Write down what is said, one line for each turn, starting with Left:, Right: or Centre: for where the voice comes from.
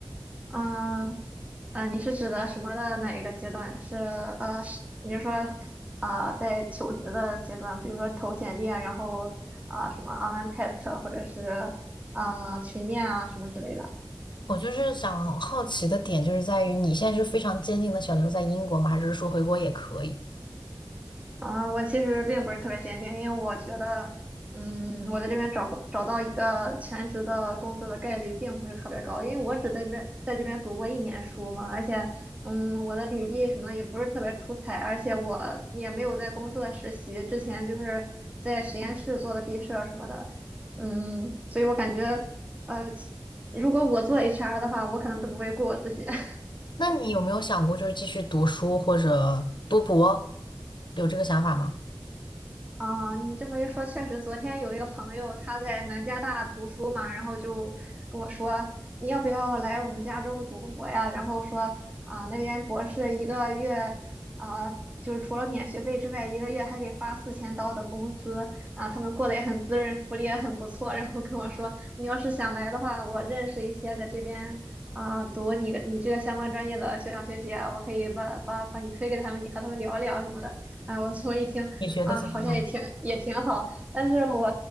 Right: 嗯，呃，你是指的什么的哪一个阶段？是呃，是你是说呃，在求职的阶段，比如说投简历啊，然后啊、呃什么 online test 啊或者是呃群面啊什么之类的。
Left: 我就是想好奇的点，就是在于你现在是非常坚定的想留在英国吗？还是说回国也可以？
Right: 啊，我其实并不是特别坚定，因为我觉得，嗯，我在这边找找到一个全职的工作的概率并不是特别高，因为我只在这边在这边读过一年书嘛，而且，嗯，我的履历什么的也不是特别出彩，而且我也没有在公司的实习，之前就是在实验室做的毕设什么的，嗯，所以我感觉，呃，如果我做 HR 的话，我可能都不会雇我自己。<laughs>
Left: 那你有没有想过就是继续读书或者读博，有这个想法吗？
Right: 啊，你这么一说，确实，昨天有一个朋友他在南加大读书嘛，然后就跟我说，你要不要来我们加州读博呀？然后说啊，那边博士一个月啊，就是除了免学费之外，一个月还给发四千刀的工资啊，他们过得也很滋润，福利也很不错。然后跟我说，你要是想来的话，我认识一些在这边啊读你你这个相关专业的学长学姐啊，我可以把把把你推给他们，你和他们聊一聊什么的。哎，我 <laughs> 从一听。
Left: 你觉得怎么样？
Right: 啊，好像也挺也挺好，但是我，